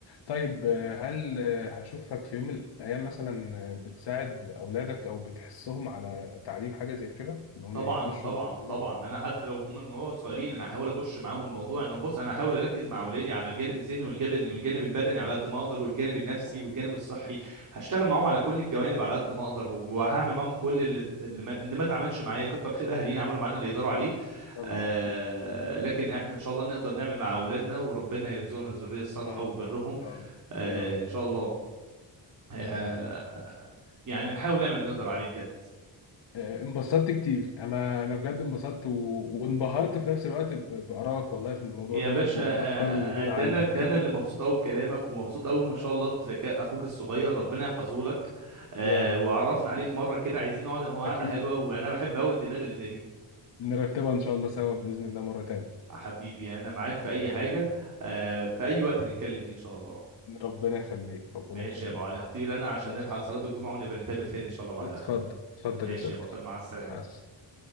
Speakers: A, on the left (about 70°); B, on the right (about 45°).
A: طيب آه، هل آه، هشوفك في يوم من الأيام مثلا آه، بتساعد أولادك أو بتحثهم على تعليم حاجة زي كده إن هم
B: طبعا
A: يخشوا
B: طبعا
A: المجال
B: طبعا
A: ده؟
B: انا حتى لو هم من وهو صغيرين انا احاول ابش معاهم الموضوع انه بص انا احاول اركز مع اولادي على الجانب الذهني والجانب والجانب البدني على قد ما اقدر والجانب النفسي والجانب الصحي هشتغل معاهم على كل الجوانب على قد ما اقدر وهعمل معاهم كل اللي اللي ما, اللي ما اتعملش معايا كتر خير اهالينا عملوا معانا اللي يقدروا عليه
A: أكيد طبعا
B: آه
A: أكيد لحظة
B: لكن
A: إن
B: احنا ان شاء الله نقدر نعمل مع اولادنا وربنا يرزقنا الذريه الصالحه
A: شاء
B: وبرهم
A: الله إن شاء الله
B: آه
A: يا رب
B: ان شاء الله آه
A: يا رب
B: يعني نحاول نعمل اللي نقدر عليه بجد
A: آه، انبسطت كتير أنا أنا بجد انبسطت و... وانبهرت في نفس الوقت ب... بآرائك والله في الموضوع
B: يا
A: دوت
B: باشا
A: وبالأفكار
B: آه،
A: الموجودة
B: آه، ده
A: عندك
B: انا ده انا اللي مبسوط قوي بكلامك ومبسوط قوي ما شاء الله بذكاء اخوك الصغير ربنا يحفظه لك آه،
A: <laughs> يا رب
B: وعرفنا عليه في مره كده عايزين نقعد انا هو قعده
A: أكيد
B: حلوه وانا بحب
A: أكيد
B: قوي الدماغ اللي زي دي
A: نرتبها إن شاء الله سوا بإذن الله مرة
B: آه، حبيبي يعني انا معاك في اي
A: تانية
B: حاجه آه، في اي وقت نتكلم فيه ان شاء الله
A: ربنا يخليك ربنا
B: ماشي
A: يخليك
B: يا ابو علي هطير انا عشان
A: ماشي
B: نلحق صلاه الجمعه ونبقى نتقابل تاني ان شاء الله بعدها
A: اتفضل اتفضل
B: ماشي
A: يا صديقي
B: يا بطل مع السلامه
A: مع السلامة